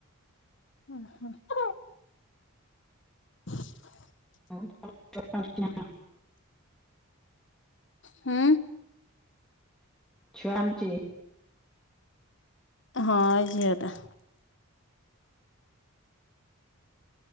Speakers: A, on the left; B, in the centre.
A: <unintelligible> <inaudible>
B: <unintelligible>
A: ହୁଁ।
B: ଛୁଆ ଆଣୁଚି।
A: ହଁ ଏ ଇ ଝିଅ ଟା।